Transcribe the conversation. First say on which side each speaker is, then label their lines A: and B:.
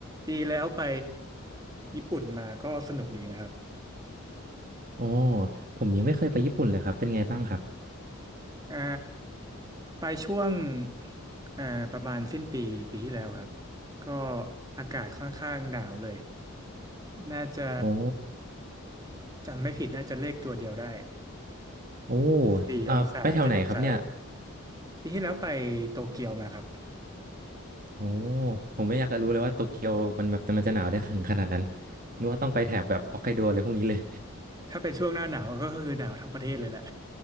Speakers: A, on the right; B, on the right.
A: ปีแล้วไปญี่ปุ่นมาก็สนุกดีนะครับ
B: โอ้ผมยังไม่เคยไปญี่ปุ่นเลยครับเป็นไงบ้างครับ
A: อ่าไปช่วงอ่าประมาณสิ้นปีปีที่แล้วครับก็อากาศค่อนข้างหนาวเลยน่าจะ
B: โอ้
A: จำไม่ผิดน่าจะเลขตัวเดียวได้
B: โอ้
A: สี่องศาเจ็ดองศา
B: อ่าไปแถวไหนครับเนี่ย
A: ปีที่แล้วไปโตเกียวมาครับ
B: โอ้ผมไม่อยากจะรู้เลยว่าโตเกียวมันแบบมันจะหนาวได้ถึงขนาดนั้นนึกว่าต้องไปแถบแบบฮอกไกโดเลยพวกนี้เลย
A: ถ้าเป็นช่วงหน้าหนาวก็คือหนาวทั้งประเทศเลยแหละ